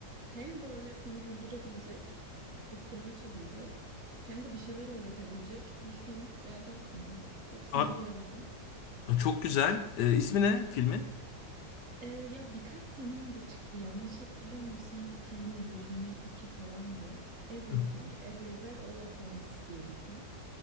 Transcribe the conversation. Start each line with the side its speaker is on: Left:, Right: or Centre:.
Right: Hem böyle seni güldürebilecek, ufkunu açabilecek, hem de bir şeyler öğretebilecek bir film geldi aklıma. Hepsini
Left: Aa,
Right: bir arada.
Left: çok güzel. E, ismi ne filmin?
Right: Eee, ya birkaç sene önce çıktı. Yanlış hatırlamıyorsam 2022 falandı. Everything,
Left: <laughs>
Right: Everywhere, All at Once diye bir film.